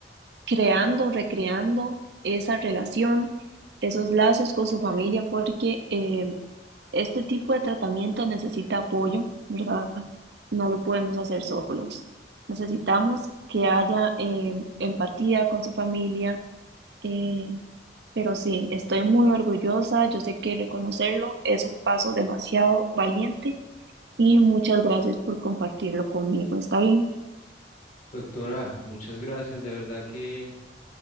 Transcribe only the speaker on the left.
Doctora, muchas gracias. De verdad que